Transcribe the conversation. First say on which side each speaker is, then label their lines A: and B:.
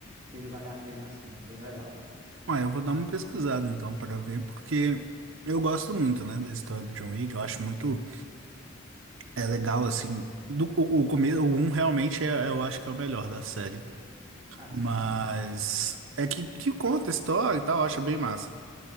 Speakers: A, on the right; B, on the right.
A: que ele vale a pena sim, é bem legal.
B: Ah, eu vou dar uma pesquisada então para ver, porque eu gosto muito, né, da história do John Wick. Eu acho muito é legal assim. Do, o, o começo, o um realmente é, eu acho que é o melhor da série,
A: Ah, disparado,
B: mas
A: pô.
B: é que, que conta a história e tal, eu acho bem massa.